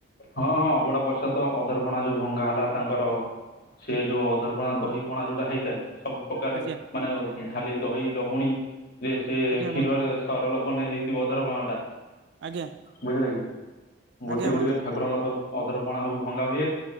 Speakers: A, on the left; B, on the right.
A: ହଁ ହଁ ଅବୁଡା ପ୍ରସାଦ ତ ଅଧରପଣା ଯୋଉ ଭଙ୍ଗା ହେଲା ତାଙ୍କର ସେ ଯୋଉ ଅଧରପଣା ଦହି ପଣା ଯୋଉଟା ହେଇଥାଏ ସବୁ ପ୍ରକାରାରେ
B: ଆଜ୍ଞା
A: ମାନେ ଖାଲି ଦହି ଲହୁଣୀ ଯେ ସେ
B: ଆଜ୍ଞା
A: କ୍ଷୀରରେ
B: ବନ୍ଧୁ
A: ସର ଲୋବନ ହେଇଥିବ ଅଧରପଣା ଟା।
B: ଆଜ୍ଞା
A: ବୁଝିଲେ କି ଗୋଟେ
B: ଆଜ୍ଞା
A: ଗୋଟିକ
B: ବନ୍ଧୁ
A: ଠାକୁରଙ୍କର ସବୁ ଅଧରପଣା ସବୁ ଭଙ୍ଗା ହୁଏ